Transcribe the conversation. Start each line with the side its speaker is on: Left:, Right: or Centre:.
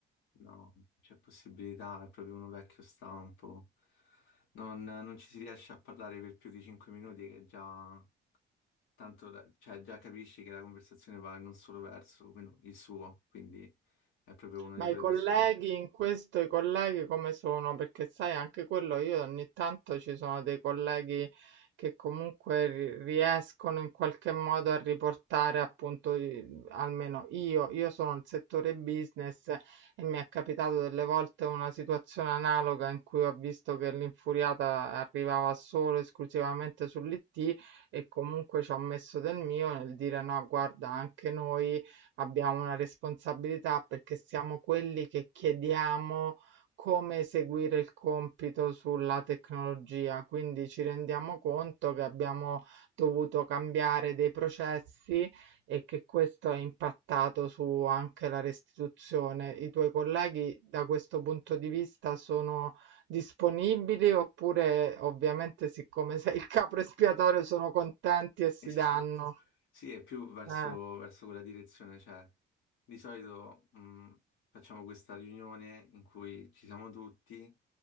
Left: No, non c'è possibilità, è proprio uno vecchio stampo. Non, non ci si riesce a parlare per più di 5 minuti che già tanto la- cioè, già capisci che la conversazione va in un solo verso, quindi- il suo, quindi è proprio una
Right: Ma
Left: di quelle
Right: i colleghi
Left: persone.
Right: in
Left: <laughs>
Right: questo, i colleghi come sono? Perché sai, anche quello io ogni tanto ci sono dei colleghi che comunque ri- riescono in qualche modo a riportare appunto, i- almeno io, io sono nel settore business e mi è capitato delle volte una situazione analoga in cui ho visto che l'infuriata arrivava solo esclusivamente sull'IT e comunque ci ho messo del mio nel dire no, guarda, anche noi Abbiamo una responsabilità perché siamo quelli che chiediamo come eseguire il compito sulla tecnologia, quindi ci rendiamo conto che abbiamo dovuto cambiare dei processi e che questo ha impattato su anche la restituzione. I tuoi colleghi da questo punto di vista sono disponibili oppure ovviamente siccome sei il capo espiatorio sono contenti e si
Left: Esatto.
Right: danno?
Left: Sì, è più verso,
Right: Eh.
Left: verso quella direzione, cioè di solito mh, facciamo questa riunione in cui ci siamo tutti